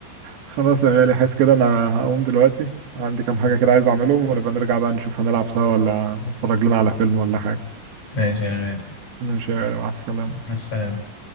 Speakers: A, on the right; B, on the left.
A: خلاص يا غالي حاسس كده انا هقوم دلوقتي عندي كام حاجة كده عايز اعملهم ونبقى نرجع بقى نشوف هنلعب سوا ولا نتفرج لنا على فيلم ولا حاجة
B: ماشي يا غالي
A: ماشي يا غالي مع السلامة
B: مع السلامه